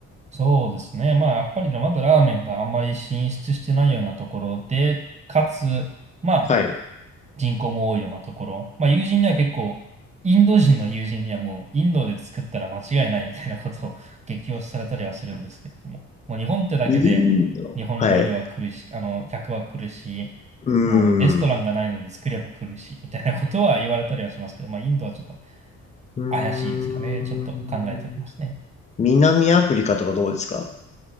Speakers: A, on the right (about 25°); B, on the left (about 25°).
A: そうですね、まあやっぱりまだラーメンがあんまり進出してないようなところで、かつ、まあ、
B: はい。
A: 人口も多いようなところ。まあ友人には結構、インド人の友人にはもうインドで作ったら間違いないみたいなことを <laughs> 激推しされたりはするんですけれども。もう日本ってだけで日本料理は来るし、
B: インド。はい。
A: あの、客は来るし、
B: うーん。
A: もうレストランがないので作れば来るし、
B: う
A: みたいなことは言われたりはしますけど、まあインドはちょっと
B: ーん。
A: 怪しいですかね。ちょっと考えておりますね。
B: 南アフリカとかどうですか